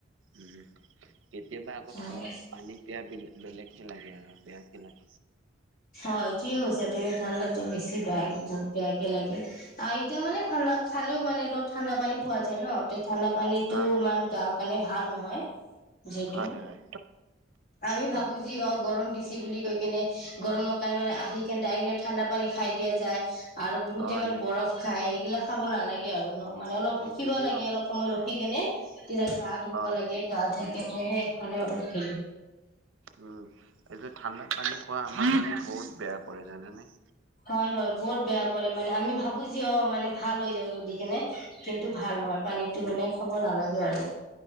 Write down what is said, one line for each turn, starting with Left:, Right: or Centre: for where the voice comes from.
Right: উম কেতিয়াবা আকৌ
Left: হয়
Right: ঠাণ্ডাতো পানী পিয়াহ বি বেলেগ লাগে আ বেয়াকে লা-।
Left: হয় ঠকেই কৈছা তুমি। ঠাণ্ডাটো বেছি বেয়া বহুত বেৱাকে লাগে। আৰু এতিয়া মানে ঠাণ্ডা খালেও মানে অলপ ঠাণ্ডা পানী খোৱা যায় ন, ঠাণ্ডাত পানীটো
Right: অ',
Left: ইমান
Right: অ',
Left: গাৰ কাৰণে ভাল নহয়। যিহেতু
Right: হয়, হয়।
Left: আমি ভাবো
Right: অ',
Left: যি হক গৰম দিছে। কি বুলি কৈ কেনে গৰমৰ কাৰণে মানে আহি কেনে ডাইৰেক্ ঠাণ্ডা পানী খাই দিয়া যায়। আৰু বহুতে
Right: অ',
Left: মানে
Right: সি
Left: বৰফ খায়। এইগিলাক খাব নালাগে আৰু ন। মানে অলপ
Right: সেইটো
Left: ৰখিব
Right: দিও
Left: লাগে। অলপ সময় ৰখি কেনে তেতিয়া গা ধুব
Right: অ',
Left: লাগে। গা ধুুই কেনে হে মানে অলপ <inaudible>
Right: উম এই যে ঠাণ্ডা পানী খোৱা আমাৰ মানে বহুত বেয়া কৰে জানে নে?
Left: হয় হয় বৰ বেয়া মানে আমি ভাবো যি হক মানে ভাল হৈ যাব বুলি কেনে, কিন্তু ভাল নহয়। পানীটো মানে খাব নালাগে আৰু।